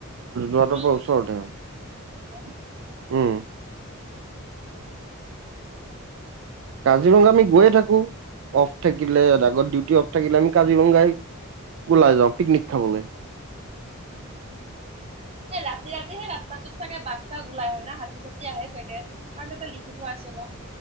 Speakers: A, on the right (about 60°); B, on the right (about 30°).
A: যোৱাটো
B: তোমালোকে
A: <unintelligible> ওচৰতে অঁ' উমঁ'।
B: অ
A: কাজিৰঙা আমি গৈয়ে থাকো, অফ থাকিলে আগত ডিউটি অফ থাকিলে আমি কাজিৰঙাই- ওলাই যাওঁ পিকনিক খাবলৈ।
B: উমঁ' উমঁ'। ৰাতি ৰাতি সেই ৰাস্তাটোত চাগে বাঘ-চাঘ ওলাই হয় না হাতী চাতি আহে চাগে? কাৰণ তাতে লিখি থোৱা আছে ন'।